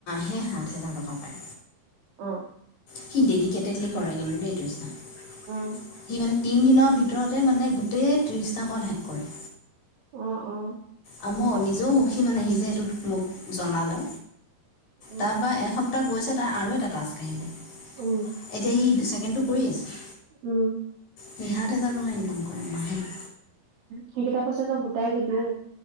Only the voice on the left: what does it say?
হে সাত হেজাৰ টকা পায়।
সি ডেডিকেটেডলি কৰে কিন্ত দেই <unintelligible>
সি মানে তিনিদিনৰ ভিতৰতে মানে গোটেই ত্ৰিছটা কল শেষ কৰিম।
আ মওঁ নিজেও সুখী মানে সিজে সেইটোত মোক জনালে।
তাৰপৰা এক তাক গৈছে তাৰ আৰু এটা টাস্ক আহিলে।
এতিয়া সি ছেকেণ্ডটো কৰি আছে।
হি সাত হাজাৰ টকা ইনকাম কৰে মাহেকত।